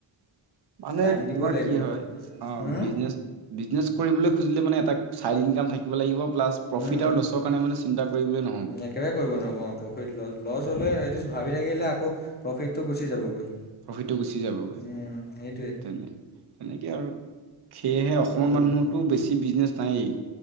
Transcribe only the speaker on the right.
মানে
তোমাৰ
কি হয় অঁ
বিজনেচ- বিজনেছ কৰিবলৈ খুজিলে মানে এটা চাইট ইনকাম থাকিব লাগিব, প্লাছ প্ৰফিত
আৰু ল সেইটো কাৰণে মানে চিন্তা কৰিবলৈ নোৱাৰো।
প্ৰফিটো গুচি যাব।
তেনে তেনেকৈ আৰু সেয়েহে
অসমৰ মানুহতো বেছি বিজনেছ নায়েই।